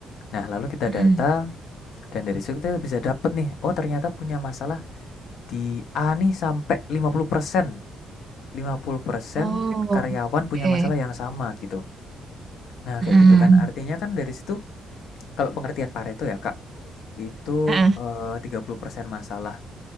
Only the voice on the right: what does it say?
Heeh.
Oh,
oke.
Heeh.
Heeh.